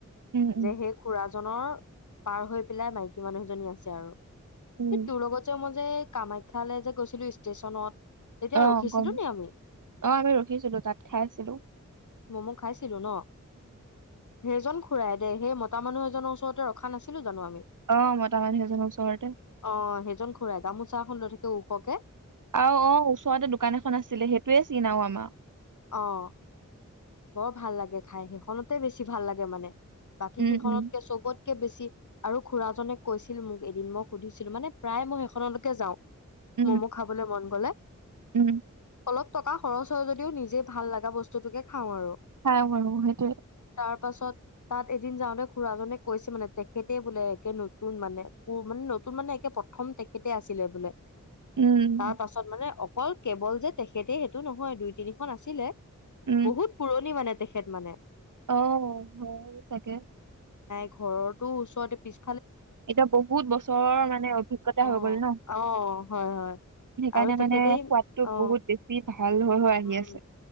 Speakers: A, on the right; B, on the left.
A: উম, উম,
B: যে সেই খুৰাজন জনৰ, পাৰ হৈ পিলাই মাইকী মানুহ এজনী আছে আৰু।
A: উম।
B: সেই, তোৰ লগত যে মই যে কামাখ্যালেযে গৈছিলোঁ, ষ্টেচনত। তেতিয়া
A: অ'হ
B: ৰখিছিলো
A: গম,
B: নি আমি
A: অ' আমি ৰখিছিলোঁ তাত, খাইছিলোঁ।
B: ম'ম খাইছিলোঁ। দেখিছিলোঁ ন, সেইজন। ফুৰাই দেই, সেই মতা মানুহ এজনৰ ওচৰতে ৰখা নাছিলোঁ জানোঁ আমি।
A: অ মতা মানুহ এজনৰ ওচৰতে
B: অ' সেইজন খুড়াই, গামোচা এখন লৈ থাকে। ওখকে।
A: অ'হ! অ'হ! ওচৰতে দোকান এখন আছিলে। সেইটোৱয়ে চিন আও আমাৰ।
B: অ' বৰ ভাল লাগে খাই! সেইখনতে বেছি ভাল লাগে মানে। বাকী
A: উম
B: কেইখনতকে
A: উম
B: চবত কে বেছি, আৰু খুড়ৰাজনে কৈছিল মোক এদিন। মই সুধিছিলোঁ, মানে প্ৰায় মই সেইখনলৈকে যাওঁ।
A: উম
B: ম'ম' খাবলৈ মন ক'লে
A: উম!
B: অলপ টকা যে ভাল লগা বস্তুতোকে খাওঁ আৰু।
A: খাম আৰু, সেইটোৱেই।
B: তাৰ পাছত, তাত এদিন যাওঁতে খুড়াজনে কৈছিল মানে, তেখেতেই বোলে একে নতুন মানে, পু মানে, নতুন মানে, একে প্ৰথম তেখেতে আছিলে বোলে।
A: উম
B: তাৰ পাছত মানে অকল কেৱল যে তেখেতেই সেইটো নহয়, দুই তিনি খন আছিলে।
A: উম
B: বহুত পুৰণি মানে। তেখেত মানে।
A: অ' হয়, চাগে।
B: ঘৰৰতোঁ ওচৰতে, পিছ
A: এতিয়া বহুত বছৰৰ মানে অভিজ্ঞতা
B: অ
A: হৈ গ'ল ন।
B: অ হয় হয়
A: সেইকাৰণে
B: আৰু তেখেতেই
A: মানে সোৱাদটো
B: অ
A: বহুত বেছি ভাল হৈ হৈ আহি
B: উম
A: আছে